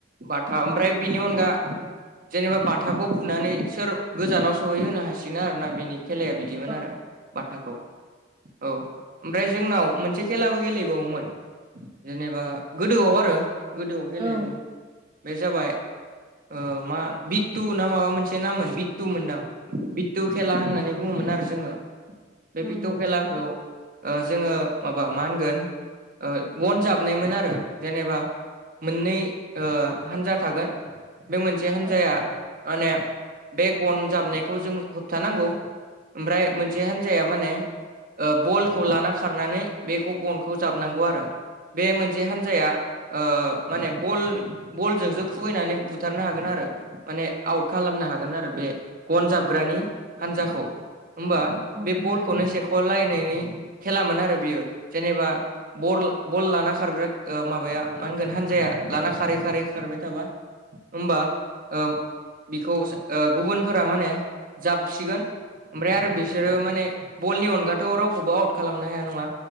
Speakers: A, on the right; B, on the right.
A: बाथा ओमफ्राय बिनि अनगा जेनेबा बाथाखौ बुनानै सोर गोजानाव सहैहोनो हासिनो बिदिनो आरो ना बेनि खेलाया बिदिमोन
B: औ
A: आरो बाथाखौ औ ओमफ्राय जोंनाव मोनसे खेलाबो गेलेबावोमोन जेनेबा गोदोआव आरो गोदोआव गेलेयो
B: नोंथां औ
A: बे जाबाय ओ मा बिटु ना माबा मोनसे नामोन बितु मोनदां पिटु खेला होननानै बुङोमोन आरो जोङो बे
B: औ
A: पिटौ खेलाखौ
B: नोंथां
A: ओ जोङो माबा मा होनगोन ओ गन जाबनायमोन आरो जेनेबा मोननै ओ हान्जा थागोन बे मोनसे हान्जाया
B: औ
A: माने बे गन जाबनायखौ जों होबथानांगौ ओमफ्राय मोनसे हान्जाया मा होनो ओ बलखौ लाना खारनानै बेखौ गनखौ जाबनांगौ आरो बे मोनसे हान्जाया ओ माने बल बलजोंसो खुबैनानै बुथारनो हागोन आरो माने आउट खालामनो हागोन आरो बे गन जाबग्रानि हानजाखौ होमबा
B: औ
A: बे बलखौनो
B: नंगौ नोंथां
A: से खलायनायनि खेलामोन आरो बियो जेनेबा बर बल लाना खारग्रा ओ माबाया मा होनगोन हानजाया लाना खारै खारै खारबाय थाबा होमबा ओ बिखौ ओ गुबुनफोरा मा होनो जाबसिगोन ओमफ्राय आरो बिसोरो माने बलनि अनगाथ' रावखौबो आउट खालामनो हाया नङा